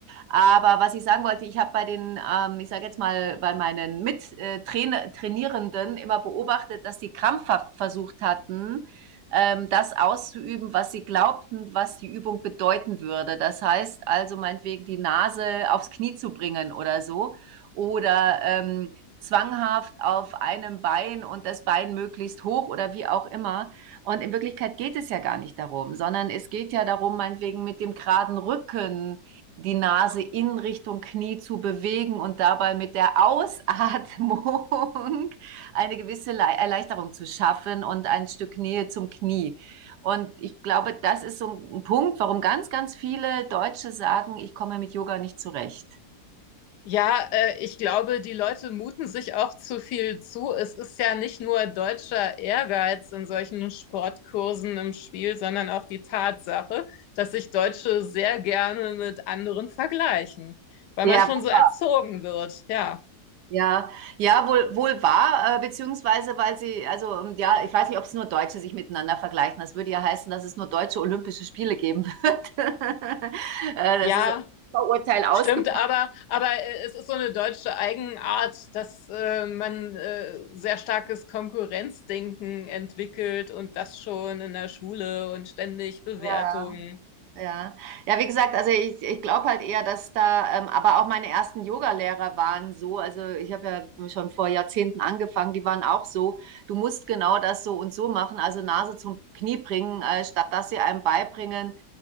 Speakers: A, on the right; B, on the left.
A: Aber was ich sagen wollte, ich habe bei den, ähm, ich sage jetzt mal, bei meinen Mittrainierenden immer beobachtet, dass die krampfhaft versucht hatten, ähm, das auszuüben, was sie glaubten, was die Übung bedeuten würde. Das heißt also meinetwegen die Nase aufs Knie zu bringen oder so. Oder ähm, zwanghaft auf einem Bein und das Bein möglichst hoch oder wie auch immer. Und in Wirklichkeit geht es ja gar nicht darum, sondern es geht ja darum, meinetwegen mit dem geraden Rücken die Nase in Richtung Knie zu bewegen und dabei mit der Ausatmung <laughs> eine gewisse Erleichterung zu schaffen und ein Stück Nähe zum Knie. Und ich glaube, das ist so ein Punkt, warum ganz, ganz viele Deutsche sagen, ich komme mit Yoga nicht zurecht.
B: Ja, äh, ich glaube, die Leute muten sich auch zu viel zu. Es ist ja nicht nur deutscher Ehrgeiz in solchen Sportkursen im Spiel, sondern auch die Tatsache, dass sich Deutsche sehr gerne mit anderen vergleichen, weil
A: Der
B: man schon
A: wohl
B: so erzogen wird. Ja,
A: Ja, ja, wohl, wohl wahr, äh, beziehungsweise weil sie, also ähm, ja, ich weiß nicht, ob es nur Deutsche sich miteinander vergleichen. Das würde ja heißen, dass es nur deutsche Olympische Spiele geben wird. <laughs> äh,
B: ja,
A: das ist ein Vorurteil ausgepackt.
B: Stimmt, aber, aber äh, es ist so eine deutsche Eigenart, dass äh, man äh, sehr starkes Konkurrenzdenken entwickelt und das schon in der Schule und ständig Bewertungen.
A: Ja, ja. Ja, wie gesagt, also ich, ich glaube halt eher, dass da, ähm, aber auch meine ersten Yoga-Lehrer waren so, also ich habe ja schon vor Jahrzehnten angefangen, die waren auch so, du musst genau das so und so machen, also Nase zum Knie bringen, äh, statt dass sie einem beibringen,